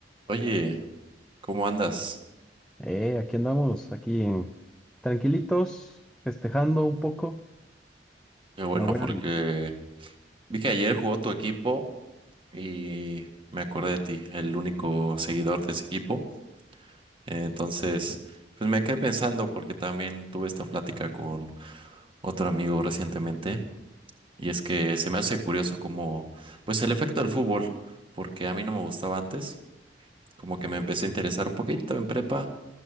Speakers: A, on the right (about 30°); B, in the centre.
A: Oye, ¿cómo andas?
B: Eh, aquí andamos, aquí tranquilitos, festejando un poco
A: Qué bueno,
B: la buena
A: porque
B: vida.
A: vi que ayer jugó tu equipo y me acordé de ti, el único seguidor de ese equipo. Entonces, pues me quedé pensando porque también tuve esta plática con otro amigo recientemente y es que se me hace curioso como, pues el efecto del fútbol, porque a mí no me gustaba antes, como que me empecé a interesar un poquito en prepa